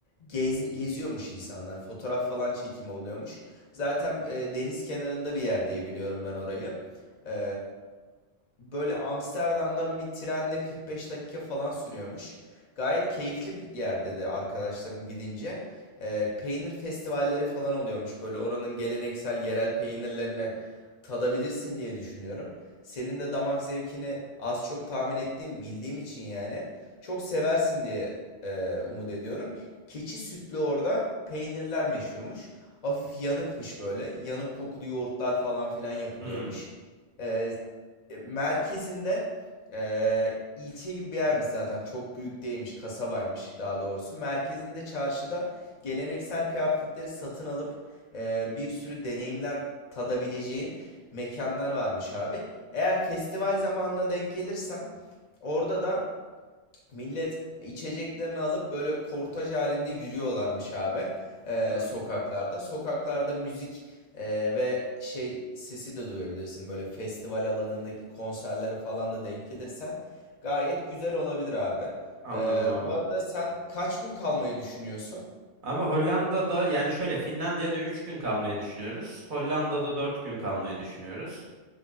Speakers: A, on the left (about 55°); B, on the right (about 50°).
A: gez, geziyormuş insanlar. Fotoğraf falan çekimi oluyormuş. Zaten e, deniz kenarında bir yer diye biliyorum ben orayı. E, böyle Amsterdam'dan bir trenle 45 dakika falan sürüyormuş. Gayet keyifli bir yer dedi arkadaşlarım gidince. Ee, peynir festivalleri falan oluyormuş böyle oranın geleneksel yerel peynirlerini tadabilirsin diye düşünüyorum. Senin de damak zevkini az çok tahmin ettiğim bildiğim için yani çok seversin diye e, umut ediyorum. Keçi sütlü orada peynirler meşhurmuş. Hafif yanıkmış böyle. Yanık kokulu yoğurtlar falan filan yapılıyormuş.
B: Hmm.
A: Ee, e, merkezinde, eee, ilçe gibi bir yermiş zaten. Çok büyük değilmiş, kasabaymış daha doğrusu. Merkezinde çarşıda geleneksel kıyafetleri satın alıp eee, bir sürü deneyimler tadabileceğin mekanlar varmış abi. Eğer festival zamanına denk gelirsen orada da Millet içeceklerini alıp böyle kortaj halinde yürüyorlarmış abi eee,
B: Hmm.
A: sokaklarda. Sokaklarda müzik eee, ve şey sesi de duyabilirsin. Böyle festival alanındaki konserleri falan da denk gelirsen gayet güzel olabilir abi.
B: Anladım
A: Eee,
B: abi.
A: bu arada sen kaç gün kalmayı düşünüyorsun?
B: Abi Hollanda'da yani şöyle Finlandiya'da 3 gün kalmayı düşünüyoruz. Hollanda'da 4 gün kalmayı düşünüyoruz.